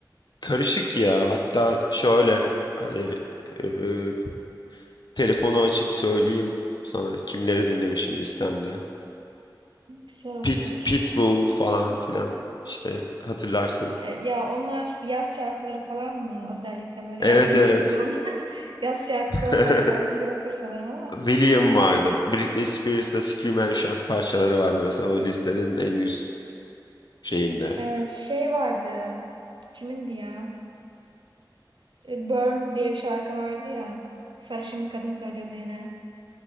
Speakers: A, on the left; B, on the right.
A: Karışık ya. Hatta şöyle hani e, telefonu açıp söyleyeyim sana kimleri dinlemişim listemde.
B: güzel olur.
A: Pit, Pitbull falan filan işte hatırlarsın.
B: E, ya onlar yaz şarkıları falan mı özellikle böyle?
A: Evet
B: Gerçi
A: evet.
B: Pitbull'un <laughs> yaz şarkısı
A: <laughs>
B: olmayan şarkısı yoktur sanırım ama.
A: William vardı. Britney Spears'la Scream and Shout parçaları vardı mesela o listenin en üst şeyinde.
B: Evet şey vardı. Kimindi ya? E, Burn diye bir şarkı vardı ya. Sarışın bir kadın söylüyordu yine.